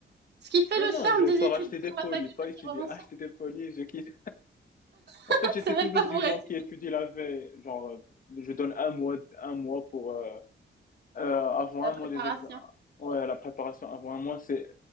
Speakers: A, on the right; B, on the left.
A: Ce qui fait
B: Non,
A: le
B: non,
A: charme
B: je
A: des
B: pars
A: études
B: acheter
A: sur
B: des polis,
A: la faculté,
B: pas étudier.
A: c'est vraiment
B: <laughs>
A: ça.
B: Acheter des polis, je quitte. En
A: <laughs>
B: fait, j'étais
A: C'est même
B: toujours
A: pas pour
B: du genre
A: étudier,
B: qui étudie la veille. Genre, euh, je donne un mois, un mois pour, euh, euh, avant
A: la
B: un
A: préparation.
B: mois des examens. Ouais, la préparation avant un mois, c'est